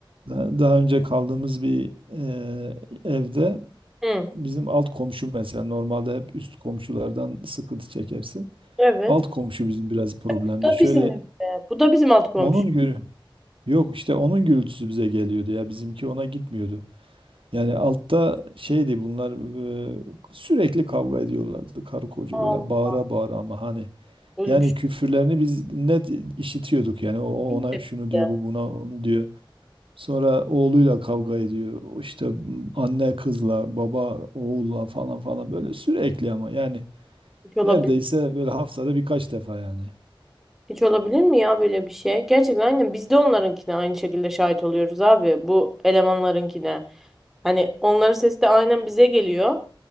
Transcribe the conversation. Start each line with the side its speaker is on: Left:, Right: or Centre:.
Right: daha daha önce kaldığımız bir e, evde
Centre: Hı.
Right: Bizim alt komşu mesela normalde hep üst komşulardan sıkıntı çekersin.
Centre: Evet.
Right: Alt komşu bizim biraz problemli.
Centre: Bu da
Right: Şöyle
Centre: bizim evde. Bu da bizim alt komşu.
Right: onun gürü yok işte onun gürültüsü bize geliyordu ya bizimki ona gitmiyordu. Yani altta şeydi bunlar e, sürekli kavga ediyorlardı karı koca
Centre: Aa,
Right: böyle bağıra bağıra ama hani
Centre: öyle
Right: yani
Centre: bir şey.
Right: küfürlerini biz net işitiyorduk yani o o
Centre: Biz
Right: ona
Centre: de,
Right: şunu
Centre: biz
Right: diyor
Centre: de.
Right: bu buna onu diyor. Sonra oğluyla kavga ediyor. O İşte anne kızla, baba oğulla falan falan böyle sürekli ama yani
Centre: Hiç olabilir.
Right: neredeyse böyle haftada birkaç defa yani.
Centre: Hiç olabilir mi ya böyle bir şey? Gerçekten aynen biz de onlarınkine aynı şekilde şahit oluyoruz abi. Bu elemanlarınkine. Hani onların sesi de aynen bize geliyor.